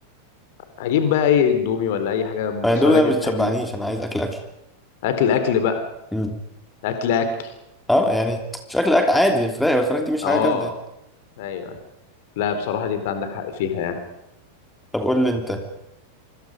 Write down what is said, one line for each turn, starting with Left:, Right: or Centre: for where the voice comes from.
Left: هجيب بقى اي اندومي ولا اي حاجه
Centre: فالاندومي
Left: سريعه
Centre: ده ما
Left: التحضير
Centre: بتشبعنيش انا عايز اكل اكل
Left: اكل اكل بقى
Centre: مم.
Left: اكل اكل
Centre: اه يعني شكل أك- عادي الفراخ الفراخ دي مش
Left: اه
Centre: حاجه جامده يعني.
Left: ايوه أيوة. لا بصراحه دي انت عندك حق فيها يعني
Centre: طب قول لي انت